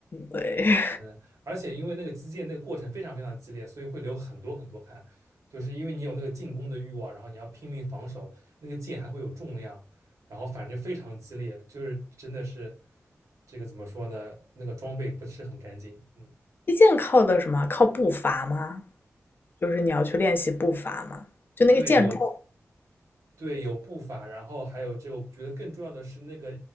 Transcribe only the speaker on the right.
嗯，而且因为那个击剑那个过程非常非常激烈，所以会流很多很多汗，就是因为你有那个进攻的欲望，然后你要拼命防守，那个剑还会有重量，然后反正就非常激烈，就是真的是这个怎么说呢？那个装备不是很干净，嗯，
对，有。对，有步伐，然后还有这个，我觉得更重要的是那个